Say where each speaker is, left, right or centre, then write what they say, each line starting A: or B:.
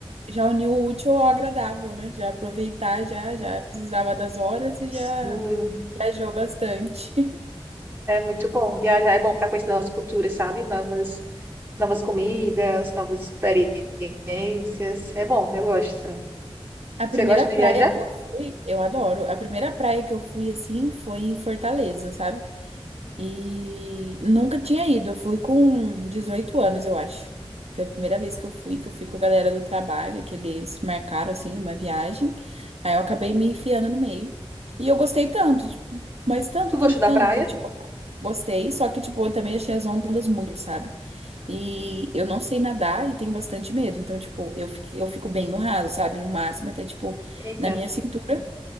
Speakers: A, on the right; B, on the right.
A: já uniu o útil ao agradável, né? Já aproveitar, já, já precisava das horas e
B: Sim,
A: já viajou bastante.
B: é muito bom. Viajar é bom para conhecer novas culturas, sabe? Novas, novas comidas, novas experiências. É bom, eu gosto.
A: A primeira
B: Você gosta de
A: praia
B: viajar?
A: que eu fui, eu adoro. A primeira praia que eu fui assim foi em Fortaleza, sabe? E nunca tinha ido. Eu fui com 18 anos, eu acho. Foi a primeira vez que eu fui, que eu fui com a galera do trabalho, que eles marcaram assim uma viagem. Aí eu acabei me enfiando no meio. E eu gostei tanto, tipo, mas tanto,
B: Tu
A: tanto,
B: gosta
A: tanto,
B: da praia?
A: tipo, gostei, só que tipo, eu também achei as ondas muito, sabe? E eu não sei nadar e tenho bastante medo. Então, tipo, eu fico, eu fico bem no raso, sabe? No máximo, até, tipo,
B: Eita,
A: na minha cintura.